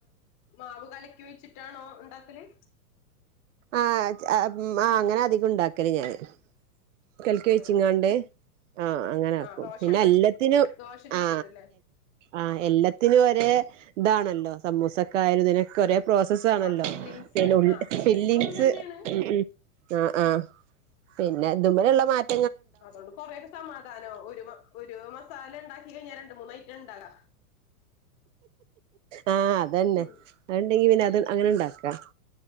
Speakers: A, on the left; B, on the right.
A: മാവ് കലക്കി ഒഴിച്ചിട്ടാണോ ഉണ്ടാക്കല്
B: ആഹ് ആഹ് അങ്ങനെ അധികം ഉണ്ടാക്കല് ഞാന് കല്ക്കി വച്ചിങ്ങാണ്ട്
A: ആഹ്
B: ആഹ് അങ്ങനാക്കും
A: ആഹ് ദോശ
B: പിന്നെ
A: ഇണ്ടാക്കി
B: എല്ലത്തിനും
A: ദോശ ചുട്ടിട്ട്ല്ലേ
B: ആ ആഹ് എല്ലത്തിനും ഒരേ ഇതാണല്ലോ സമൂസക്കായാലും ഇതിനൊക്കെ ഒരേ പ്രോസസാണല്ലോ
A: ആഹ് ഫില്ലിങ്സ്
B: പിന്നെ ഉള്ള്
A: ആഹ്
B: ഫില്ലിങ്സ്
A: ഒന്നന്നേണ്
B: ഉം ഉം ആഹ് ആഹ് പിന്നെ ഇത് മലുള്ള മാറ്റ
A: അതുകൊണ്ട് കൊറെ ഒക്കെ സമാധാനാവു ഒരു ഒരു മസാല ഉണ്ടാക്കി കഴിഞ്ഞാൽ രണ്ട് മൂന്ന് ഐറ്റം ഉണ്ടാക്കാ
B: ആഹ് അതന്നെ
A: ഉം
B: അത്ണ്ടെങ്കി പിന്നെ അത് അങ്ങനെ ഇണ്ടാക്കാ